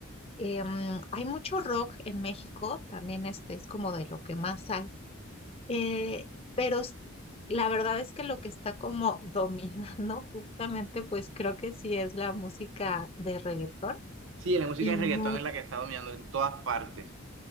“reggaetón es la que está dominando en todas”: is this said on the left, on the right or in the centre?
Right